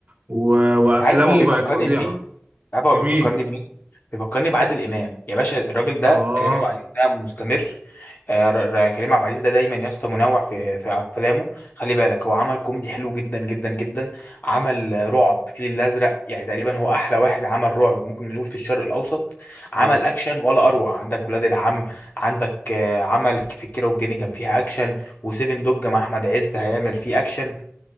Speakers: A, on the right; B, on the left.
A: و- وأفلامه
B: عارف هو بيفكرني
A: بقت فظيعة
B: بمين عارف هو
A: في
B: بيفكرني
A: مين؟
B: بمين؟ بيفكرني بعادل امام يا باشا الراجل ده
A: آه
B: كريم عبد العزيز ده مستمر آه، ر- ر- كريم عبد العزيز ده دايما يا اسطى منوع في في افلامه خلي بالك هو عمل كوميدي حلو جدا جدا جدا عمل آه، رعب الفيل الازرق يعني تقريبا هو احلى واحد عمل رعب ممكن نقول في الشرق الاوسط عمل
A: طبعا
B: اكشن ولا اروع عندك ولاد العم عندك آه، عمل في الكيرة والجن كان فيها اكشن وسيفن دوج مع احمد عز هيعمل فيه اكشن